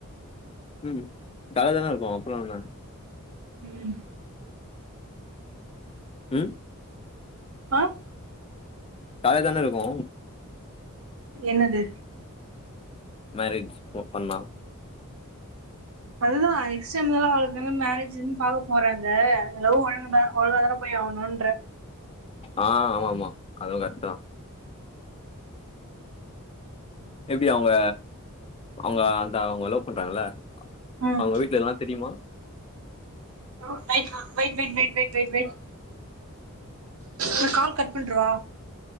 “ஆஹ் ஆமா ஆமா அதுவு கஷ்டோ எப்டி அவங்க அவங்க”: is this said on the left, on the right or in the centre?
Left